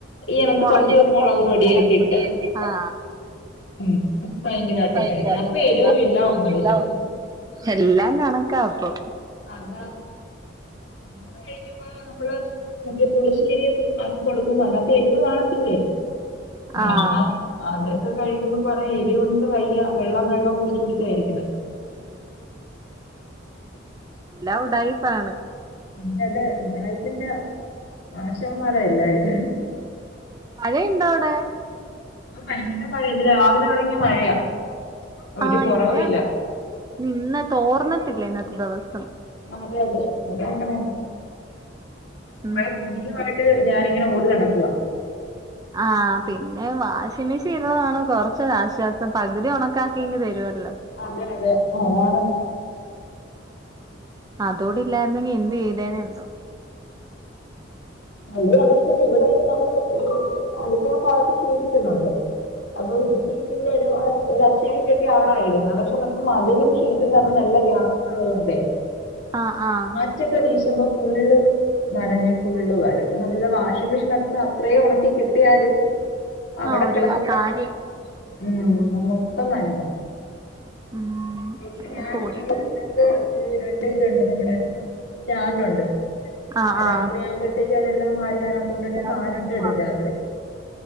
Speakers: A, on the left; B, on the right.
A: ഈ ഇനത്ത് കൊറച്ച്
B: അതിനകത്ത്
A: മുളക്,
B: കുറച്ച്
A: പൊടിയൊക്കെ ഇട്ട്
B: പൊടിയൊക്കെ ഇട്ടാ
A: ഉം. ഭയങ്കരമായിട്ട്
B: ഭയങ്കരമായിട്ടും
A: കഴിക്കും അപ്പോ
B: കഴിക്കാം
A: എരിവും ഇല്ല
B: പിന്നെ
A: ഒന്നുമില്ല.
B: എല്ലാം എല്ലാം കണക്കാ അപ്പോ.
A: അതാ അത് നമ്മള് മറ്റെ പുളിശ്ശേരിയൊക്കെ ആക്കി കൊടുക്കുമ്പോ- അതിനകത്തു എരിവ് കാണത്തില്ലേ?
B: ആഹ്
A: എന്നാ അതൊക്കെ കഴിക്കുമ്പ പറയാ എരി കൊണ്ട് വയ്യ വെള്ളം, വെള്ളം കുടിച്ച്, കുടിച്ചായിരിക്കുന്നെ.
B: <inaudible> എല്ലാം ഉഡായിപ്പാണ്
A: പിന്ന അത് ഉഡായിപ്പിന്റെ മാഷാമ്മാര എല്ലാരും.
B: മഴയുണ്ടോ അവിടെ?
A: ഭയങ്കര മഴയ ഇന്ന് രാവിലെ തുടങ്ങിയ മഴയാ. ഒരു
B: ആഹ്
A: കുറവുമില്ല
B: ഇവിടേം അതെ, നിന്ന് ത്തോർന്നിട്ടില്ല ഇന്നത്തെ ദിവസം.
A: അതെ അതെ അതങ്ങനെയന്നെ കൊറേ
B: ഉം
A: തുണിയായിട്ട് ട്ട് ഞാനിങ്ങനെ ഓടി നടക്കുവാ
B: ആഹ് പിന്നെ വാഷിംഗ് മെഷീൻ ഉള്ളതണ് കൊറച്ച് ഒരാശ്വാസം പകുതി ഉണക്കാക്കിയിങ്ങ് തരുവല്ലോ?
A: അതെ അതെ അതാണ്.
B: അതോടി ഇല്ലായിരുന്നെങ്കി എന്ത് ചെയ്തേനെ എന്തോ
A: അവിടെയും ഇവിടെയും നമ്മള് ഈ അടുക്കള ഭാഗത്ത് വീട്ട്തന്നെ ഉണ്ട്. അപ്പം സീറ്റിന്റെ ഇട ഒര അത്യാ <unintelligible> അവിടെ ആയിരുന്നു. പക്ഷെ നമുക്ക് മതിലും ഷീറ്റ് തമ്മിൽ നല്ല ഗ്യാപ്പ് ഉള്ളതോണ്ട്
B: ആഹ് ആഹ്
A: റ്റ് വീശുമ്പോ ഫുള്ള് നനഞ്ഞ് ഫുള്ള് വാലും നമ്മള് ഇത് വാഷിംഗ് മെഷീനിലോക്കെ അത്രയും ഉണക്കി കിട്ടിയാലും അവിടെ
B: ആഹ് ഒരു
A: കിടന്നിട്ട്
B: കാര്യം
A: ആഹ ഉും മൊത്തം നനയും
B: <unintelligible>
A: ഇപ്പ ഞാൻ
B: തുണി
A: ഇവിടെ നിന്നിട്ട് രണ്ട് വിതണ്ട് നമ്മടെ സ്റ്റാന്റുണ്ട്
B: ആഹ്
A: ആഹാ
B: ആഹ്
A: രാത്രി ആകുമ്പോഴ്ത്തേക്ക് അതെല്ലാം വാരി അതിനകത്തൊണ്ടിട്ട്
B: ഇതിനകത്തോണ്ടിട്ട്
A: ഫാനിട്ട് ഇടും രാത്രി